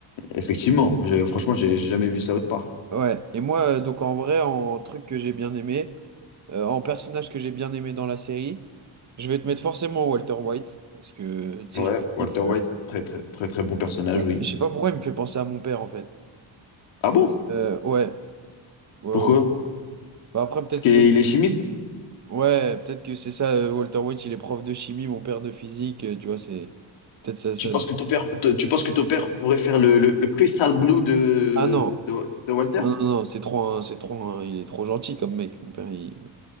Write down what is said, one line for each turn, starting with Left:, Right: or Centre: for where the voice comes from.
Left: Effectivement, je- franchement, j'ai j'ai jamais vu ça autre part.
Right: Ouais. Et moi, euh, donc, en vrai, en truc que j'ai bien aimé, euh, en personnage que j'ai bien aimé dans la série, je vais te mettre forcément Walter White, parce que, tu sais,
Left: Ouais,
Right: je le kiffe.
Left: Walter White,
Right: euh,
Left: très très très très bon personnage,
Right: ouais.
Left: oui.
Right: Je sais pas pourquoi il me fait penser à mon père, en fait.
Left: Ah bon?
Right: Euh, ouais. Ouais,
Left: Pourquoi?
Right: ouais. Bah, après, peut-être
Left: Parce qu'il
Right: que
Left: est chimiste?
Right: Ouais, peut-être que c'est ça, euh, Walter White, il est prof de chimie, mon père de physique, euh, tu vois, c'est... Peut-être ça, ça...
Left: Tu penses que ton père, t- tu penses que ton père pourrait faire le, le, le Crystal Blue de,
Right: Ah non,
Left: de, de Walter?
Right: non, non, non, c'est trop, un- c'est trop, un- il est trop gentil comme mec, mon père, il,